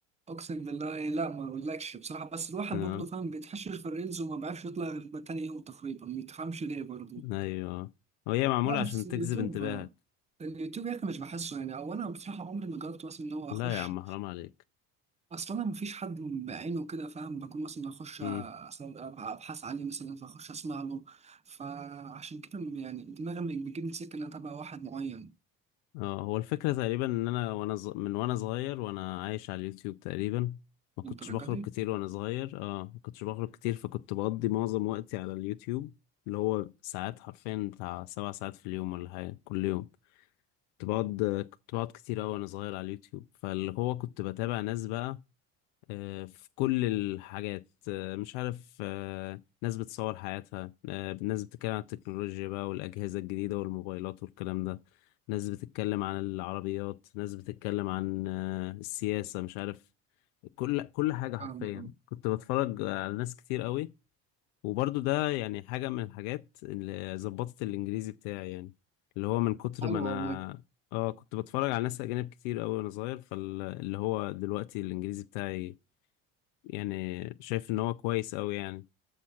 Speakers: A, on the right (about 20°); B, on the left (about 80°).
A: اقسم بالله لا ما اقولكش بصراحه بس الواحد
B: آه.
A: برضه فاهم بيتحشر في الريلز وما بيعرفش يطلع غير تاني يوم تقريبا ما تفهمش ليه برضه
B: ايوه وهي معموله
A: لا بس
B: عشان
A: اليوتيوب
B: تجذب انتباهك
A: اليوتيوب يا اخي مش بحسه يعني او انا بصراحه عمري ما جربت مثلا ان هو اخش
B: لا يا عم حرام عليك
A: اصلا انا مفيش حد بعينه كده فاهم بكون مثلا اخش
B: مم.
A: اصلا ابحث عليه مثلا فاخش اسمع له فعشان كده يعني دماغي بتجيبني سكه ان انا اتابع واحد معين
B: اه هو الفكره تقريبا ان انا وانا ز... من وانا صغير وانا عايش على اليوتيوب تقريبا ما كنتش
A: للدرجه
B: بخرج
A: دي
B: كتير وانا صغير اه ما كنتش بخرج كتير فكنت بقضي معظم وقتي على اليوتيوب اللي هو ساعات حرفيا بتاع سبع ساعات في اليوم ولا حاجه كل يوم كنت بقعد كنت بقعد كتير أوي وأنا صغير على اليوتيوب فاللي هو كنت بتابع ناس بقى آه، في كل الحاجات آه، مش عارف آه، ناس بتصور حياتها آه، ناس بتتكلم عن التكنولوجيا بقى والأجهزة الجديدة والموبايلات والكلام ده ناس بتتكلم عن العربيات ناس بتتكلم عن آه، السياسة مش عارف كل كل حاجة حرفيا
A: فاهم
B: كنت بتفرج على ناس كتير قوي وبرضو ده يعني حاجة من الحاجات اللي ظبطت الإنجليزي بتاعي يعني اللي هو من كتر
A: حلو
B: ما أنا
A: والله
B: اه كنت بتفرج على ناس أجانب كتير قوي وأنا صغير فاللي هو دلوقتي الإنجليزي بتاعي يعني شايف ان هو كويس قوي يعني